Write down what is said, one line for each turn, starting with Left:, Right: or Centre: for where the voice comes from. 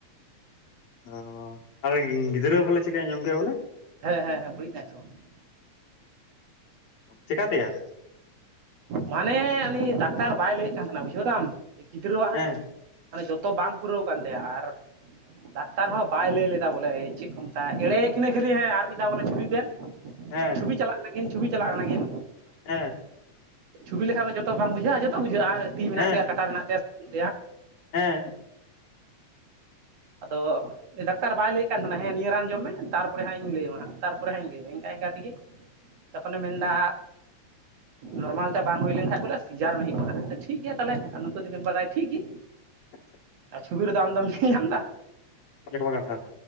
Left: ᱚᱻ ᱟᱨ ᱜᱤᱫᱽᱨᱟᱹ ᱵᱚᱞᱮ ᱪᱮᱜᱠᱟᱧ ᱟᱸᱡᱚᱢ ᱠᱮᱜᱼᱟ ᱵᱚᱞᱮ
Right: ᱦᱮᱸ ᱦᱮᱸ ᱦᱮᱸ <unintelligible>
Left: ᱪᱮᱠᱟ ᱛᱮᱭᱟ
Right: ᱢᱟᱱᱮ ᱩᱱᱤ ᱰᱟᱠᱛᱟᱨ ᱵᱟᱭ ᱞᱟᱹᱭᱮᱜ ᱠᱟᱱ ᱛᱟᱦᱮᱸᱱᱟᱜ ᱵᱩᱡᱷᱟᱹᱣ ᱫᱟᱢ ᱡᱮ ᱜᱤᱫᱽᱨᱟᱹᱣᱟᱜ
Left: ᱦᱮᱸ
Right: ᱢᱟᱱᱮ ᱡᱚᱛᱚ ᱵᱟᱝ ᱯᱩᱨᱟᱹᱣ ᱠᱟᱱ ᱛᱟᱭᱟ ᱟᱨ ᱰᱟᱠᱛᱟᱨ ᱦᱚᱸ ᱵᱟᱭ ᱞᱟᱹᱭ ᱞᱮᱫᱟ ᱵᱚᱞᱮ ᱪᱮᱜ ᱠᱚ ᱢᱮᱛᱼᱟ ᱮᱲᱮᱭ ᱠᱤᱱᱟ ᱠᱷᱟᱹᱞᱤ ᱦᱮᱸ ᱟᱨ ᱢᱤᱫ ᱫᱷᱟᱣ ᱵᱚᱞᱮ ᱪᱷᱩᱤᱜ ᱵᱮᱱ
Left: ᱦᱮᱸ
Right: ᱪᱷᱚᱵᱤ ᱪᱟᱞᱟᱜ ᱠᱟᱱᱟ ᱠᱤᱱ ᱪᱷᱩᱵᱤ ᱪᱟᱞᱟᱜ ᱠᱟᱱᱟ ᱠᱤᱱ
Left: ᱦᱮᱸ
Right: ᱪᱷᱩᱵᱤ ᱞᱮᱠᱷᱟᱜ ᱢᱟ ᱡᱚᱛᱚ ᱵᱟᱝ ᱵᱩᱡᱷᱟᱹᱜᱼᱟ ᱡᱚᱛᱚ ᱵᱩᱡᱷᱟᱹᱜᱼᱟ ᱛᱤ ᱢᱮᱱᱟᱜ
Left: ᱦᱮᱸ
Right: ᱛᱟᱭᱟ ᱠᱟᱴᱟ ᱢᱮᱱᱟᱜ ᱛᱟᱭᱟ <unintelligible>
Left: ᱦᱮᱸ
Right: ᱟᱫᱚ ᱰᱟᱠᱛᱟᱨ ᱵᱟᱭ ᱞᱟᱹᱭᱮᱜ ᱠᱟᱱ ᱛᱟᱦᱮᱸᱱᱟ ᱦᱮᱸ ᱱᱤᱭᱟᱹ ᱨᱟᱱ ᱡᱚᱢ ᱢᱮ ᱛᱟᱨᱯᱚᱨᱮ ᱦᱟᱸᱜ ᱤᱧ ᱞᱟᱹᱭᱟᱢᱟ ᱦᱟᱸᱜ ᱛᱟᱨᱯᱚᱨᱮ ᱦᱟᱸᱜ ᱤᱧ ᱞᱟᱹᱭᱟᱢᱟ ᱤᱝᱠᱟ ᱤᱝᱠᱟ ᱛᱮᱜᱮ ᱛᱚᱠᱷᱚᱱᱮ ᱢᱮᱱᱫᱟ ᱱᱚᱨᱢᱟᱞ ᱛᱮ ᱵᱟᱝ ᱦᱩᱭ ᱞᱮᱝᱠᱷᱟᱡ ᱠᱚ ᱞᱟᱹᱭᱟ ᱥᱤᱡᱟᱨ ᱮᱢ ᱦᱩᱭᱩᱜᱼᱟ ᱦᱟᱸᱜ ᱴᱷᱤᱠ ᱜᱮᱭᱟ ᱛᱟᱞᱦᱮ ᱱᱩᱝᱠᱤᱱ ᱱᱚᱠᱤᱱ ᱵᱟᱲᱟᱭᱟ ᱴᱷᱤᱠ ᱜᱮ
Left: <unintelligible>
Right: ᱟᱨ ᱪᱷᱩᱵᱤ ᱨᱮᱫᱚ ᱟᱢ ᱫᱚᱢ ᱧᱮᱧᱟᱢᱫᱟ
Left: ᱚᱝᱠᱟ ᱠᱟᱛᱷᱟ